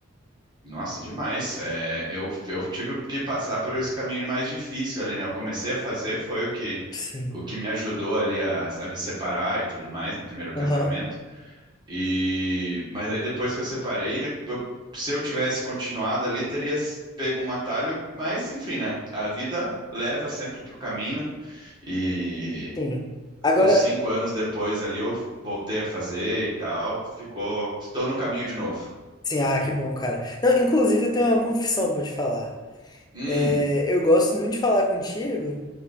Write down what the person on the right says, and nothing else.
Nossa, demais. É, eu, eu tive que passar por esse caminho mais difícil ali, né? Eu comecei a fazer, foi o que,
o que me ajudou ali a, a me separar e tudo mais no primeiro casamento.
E, mas aí depois que eu separei, eu- se eu tivesse continuado ali, teria pego um atalho, mas enfim, né? A vida leva sempre pro caminho. E
uns cinco anos depois ali eu voltei a fazer e tal. Ficou. Estou no caminho de novo.
Hum,